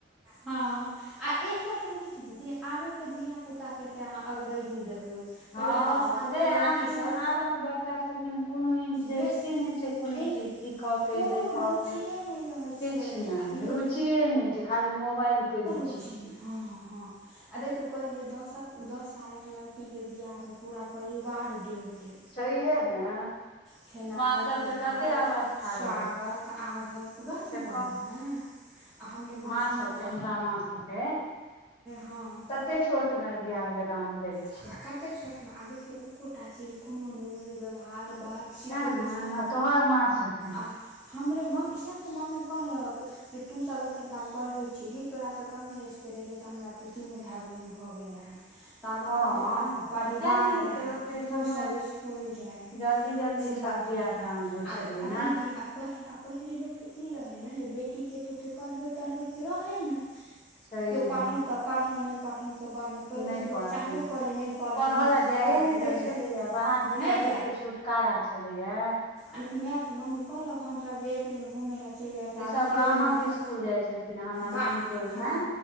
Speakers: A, in the centre; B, on the left.
A: हँ हॅं। आ एकटा की बुझैत छियै, दीदी आबयके धियापुताकेतऽ अहाँ अग्रहिणी देखबै
B: हँ
A: पहिले दस सालके लड़कीसभ
B: आब को आबक बच्चा सबके ने कोनो इंटरेस्टे
A: बेस
B: नहि छै, कोनो
A: एहन
B: चीज सख क के
A: कोनो
B: दे क
A: रुचिए
B: के
A: नहि रहै
B: किछु
A: छै
B: ने
A: आ ई
B: रुचिए ने छै, खाली मोबाइल के रुचि।
A: पुछी
B: छै
A: ने हँ हँ हँ। आ देखियौ पहिले दसक दस सालक लड़कीके बियाह होइ पूरा परिवार डे होलै।
B: छैहे ने।
A: खेनाइ
B: माँ सबके
A: पिनाइ
B: कते अवस्था
A: स्वागत
B: रहै
A: आगत उएह
B: से
A: ने कहलहुँ
B: कह
A: हेँ। आर हमरे मास
B: माँ सबके
A: मास
B: हमरा माँ सबके
A: हँ
B: कते छोट मे बिवाह दान भेल छै।
A: आ कतेक छोटमे आर देखियौ एकोटा चीज कोनो लुरि व्यवहार बात सीखयके
B: तें ने
A: छै
B: आ तोहर मा सबके
A: आर हमरे मम्मी सैह त मम्मी कहऽ लगलकै जे तू सब एते काल पढ़ै छीही तोरासँ कमे एजके रहियै तऽ हमरा तू तीनू भाय बहिन भऽ गेल रहै। त। कहलक
B: हँ
A: ओतेटा के परिवार
B: किया नहि हेतै
A: रहे
B: ओते समय
A: तू सब स्कूल जाय,
B: जल्दी जल्दी
A: से
B: सब
A: बात
B: बियाह
A: रहै।
B: दान होइ
A: आब
B: छलै
A: आर
B: ने
A: दीदी आ पैर <unintelligible> पहिने लोकके ई रहै ने जे बेटीके त ओतेक पढ़बै तढ़बैके त रहै नै
B: सही
A: जे पढ़लों
B: मे
A: तऽ पढ़लों नहि पढ़लहु तऽ बड़ नीक पहिले
B: नहि
A: तऽ लोक
B: पढ़लहु
A: चाहबे करै नहि पढ़ै
B: पढ़ऽ
A: मूर्ख
B: लए
A: चपाट
B: जाइयो ने
A: रहै
B: दै छलैये बाहर भीतर
A: नहि
B: एते छुटकारा छलैये
A: वैह तऽ मम्मी कहलक हमसब जे एक दिन घूमय ले चलि जाय त
B: ईसभ
A: आब कियो
B: गामक
A: एहन घ
B: स्कुल जाइ छलखिन हमर
A: गाम
B: नानी टोलमे
A: हँ।